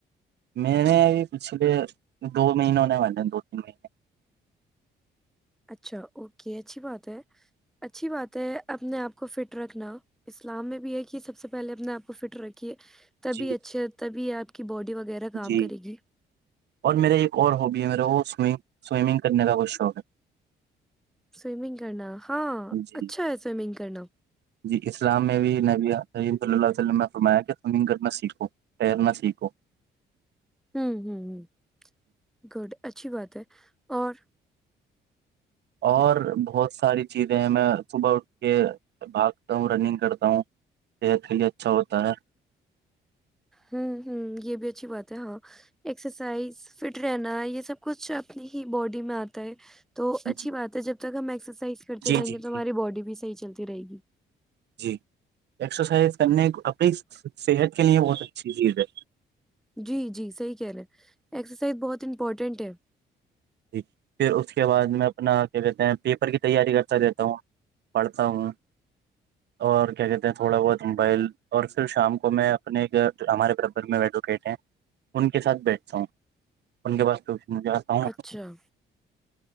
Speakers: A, on the right; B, in the centre.
A: میںیر نے اب پچھلے دو مہینوں نے م دو تین مہینے
B: اچھا اوکے اچھی بات ہے اچھی بات ہے اپنے آپ کو فٹ رکھنا اسلام میں بھی ہے کہ سب سے پہلے اپنے آپ کو فٹ رکھیے تبھی
A: جی
B: اچھے تبھی آپ کی باڈی وغیرہ کام
A: جی
B: کرے گی
A: اور میرا ایک اور ہوابی ہے میرا وہ اس میں سوئمنگ کرنے کا کچھ شوق ہے
B: سومنگ کرنا ہاں
A: ہے جی
B: اچھا ہے سومنگ کرنا
A: جی اسلام میں بھی نب عیم ص اللہ ت نے فرمایا کہ سوئمنگ کرنا سیکھوں پیرناہ سیکھو
B: ہوں ہوں ہ گڈ اچھا اچھی بات ہے اور
A: اور بہت ساری چیزیں ہمیں صبح اٹھ کے بھاگتا ہوں رننگ کرتا ہوں صحت کے لیے اچھا ہوتا ہے
B: ہ ہوں یہ بھی اچھی بات ہے ہاں ایکسرسائز فٹ رہنا یہ سب کچھ اپنی ہی باڈی میں آتا ہے تو اچھی
A: جی
B: بات ہے جب کا میکس کرتے
A: جی
B: رہیں
A: جی
B: گے تو ہماراری
A: جی
B: باڈی بھیحیح چلتی ت رہے گی
A: جی ایکسرسائز کرنے اپنی صحت کے لیئے بہت اچھی چیز ہے
B: جی جی صحیح کہہ رہے ہیں ایکسرسائز بہت امپورٹینٹ ہے
A: ج پھر اس کے بعد میں اپنا کیا کہتے ہیں پیپر کی تیاری کرتا رہتا ہوں پڑھتا ہوں اور کیا کہتے ہیں تھوڑا بہت موبائل اور پھر شام کو میں اپنے ہمارے بربر میں ایڈوکیٹ ہیں ان کے ساتھ بیٹھتا ہوں ان کے بس تو مجھے بتاؤ
B: اچھا